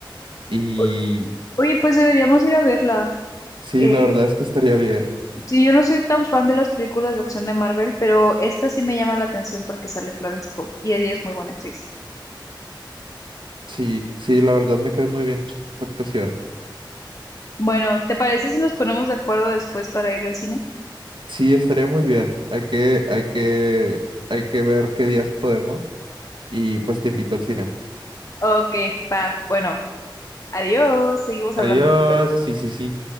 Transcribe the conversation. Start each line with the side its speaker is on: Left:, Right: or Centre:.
Right: Y
Left: O- Oye, pues deberíamos ir a verla.
Right: sí,
Left: Eh,
Right: la verdad es que estaría bien.
Left: sí, yo no soy tan fan de las películas de acción de Marvel, pero esta sí me llama la atención porque sale Florence Pugh y ella es muy buena actriz.
Right: Sí, sí, la verdad me cae muy bien su actuación.
Left: Bueno, ¿te parece si nos ponemos de acuerdo después para ir al cine?
Right: Sí, estaría muy bien. Hay que, hay que, hay que ver qué días podemos y pues te invito al cine.
Left: Ok, va, bueno. Adiós, seguimos
Right: Adiós,
Left: hablando después.
Right: sí, sí, sí.